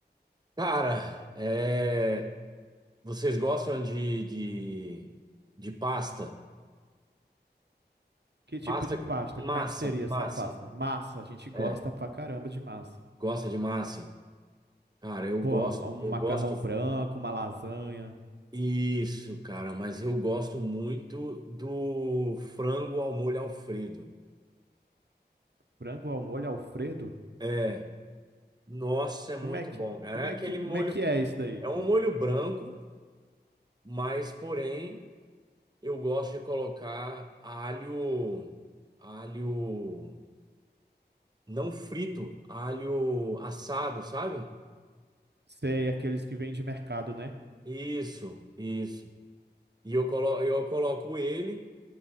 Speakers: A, on the right; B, on the right.
A: Cara, é, vocês gostam de, de, de pasta?
B: Que tipo
A: Pasta,
B: de pasta?
A: que- massa,
B: Como é que seria
A: massa.
B: essa pasta? Massa, a gente gosta
A: É,
B: pra caramba de massa.
A: gosta de massa? Cara, eu
B: Pô,
A: gosto,
B: um macarrão
A: eu gosto.
B: branco, uma lasanha,
A: Isso, cara, mas eu gosto muito do frango ao molho Alfredo.
B: frango ao molho Alfredo?
A: É, nossa, é muito
B: Como é que,
A: bom, cara.
B: como
A: É
B: é
A: aquele
B: que,
A: molho,
B: como é que é isso daí?
A: é um molho branco, mas porém Eu gosto de colocar alho, alho não frito, alho assado, sabe?
B: Sei, aqueles que vêm de mercado, né?
A: Isso, isso. E eu colo, eu coloco ele